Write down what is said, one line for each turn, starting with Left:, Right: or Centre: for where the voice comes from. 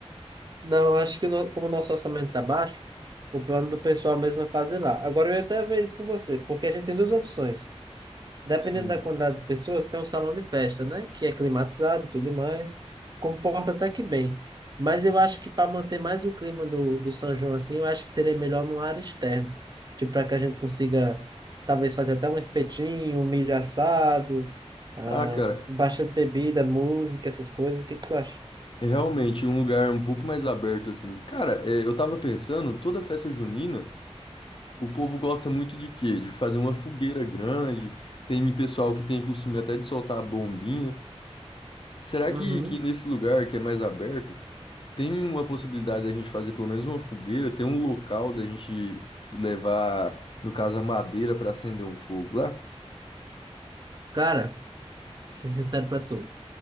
Right: Não, eu acho que no- como o nosso orçamento está baixo, o plano do pessoal mesmo é fazer lá. Agora eu ia até ver isso com você, porque a gente tem duas opções. Dependendo
Left: Sim.
Right: da quantidade de pessoas, tem um salão de festa, né? Que é climatizado e tudo mais, comporta até que bem. Mas eu acho que para manter mais o clima do, do São João assim, eu acho que seria melhor numa área externa. Tipo, para que a gente consiga talvez fazer até um espetinho, um milho assado, ah,
Left: Ah, cara,
Right: bastante bebida, música, essas coisas. O que que tu acha?
Left: é realmente um lugar um pouco mais aberto, assim. Cara, é, eu tava pensando, toda festa junina, o povo gosta muito de quê? De fazer uma fogueira grande, tem pessoal que tem costume até de soltar a bombinha. Será
Right: Uhum.
Left: que, que nesse lugar que é mais aberto, tem uma possibilidade da gente fazer pelo menos uma fogueira, tem um local da gente levar, no caso, a madeira para acender um fogo lá?
Right: Cara. ser sincero pra tu.